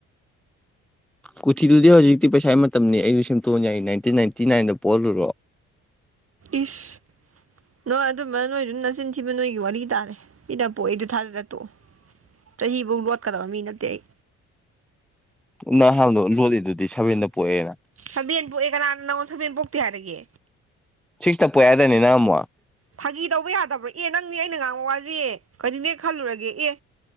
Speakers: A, in the centre; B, on the right.
A: ꯀꯣꯊꯤꯗꯨꯗꯤ ꯍꯧꯖꯤꯛꯇꯤ ꯄꯩꯁꯥ ꯃꯇꯝꯅꯤ ꯑꯩꯁꯨ ꯁꯦꯝꯇꯣꯛꯅ ꯌꯥꯏ ꯏꯇꯤꯟ ꯅꯥꯏꯟꯇꯤ ꯅꯥꯏꯟꯗ ꯄꯣꯛꯍꯜꯂꯨꯔꯣ
B: ꯏꯁ ꯅꯣꯏ ꯑꯗꯨꯝꯕ ꯅꯣꯏꯗꯨꯅ ꯅꯆꯤꯟ ꯊꯤꯕ ꯅꯣꯏꯒꯤ ꯋꯥꯔꯤ ꯇꯥꯔꯦ ꯃꯤꯆ ꯄꯣꯛꯏꯗꯣ ꯊꯥꯖꯗꯔꯥ ꯇꯣꯛꯑꯣ ꯆꯍꯤꯐꯧ ꯂꯣꯠꯀꯗꯕ ꯃꯤ ꯅꯠꯇꯦ ꯑꯩ
A: ꯅꯍꯥꯟꯗꯣ ꯂꯣꯜꯂꯤꯗꯨꯗꯤ ꯁꯕꯦꯟꯗ ꯄꯣꯛꯑꯦꯅ
B: ꯊꯕꯦꯟ ꯄꯣꯛꯑꯦ ꯀꯅꯥ ꯅꯪꯉꯣꯟ ꯁꯥꯕꯦꯟ ꯄꯣꯛꯇꯦ ꯍꯥꯏꯔꯒꯦ
A: ꯁꯤꯛꯁꯇ ꯄꯣꯛ ꯌꯥꯏꯗꯥꯢꯅꯦ ꯅꯪ ꯑꯃꯨꯛ
B: ꯐꯥꯒꯤ ꯇꯧꯕ ꯌꯥꯗꯕ꯭ꯔꯣ ꯑꯦ ꯅꯪꯁꯦ ꯑꯩꯅ ꯉꯥꯡꯕ ꯋꯥꯁꯦꯌꯦ ꯀꯔꯤꯅꯦ ꯈꯜꯂꯨꯔꯒꯦ ꯑꯦ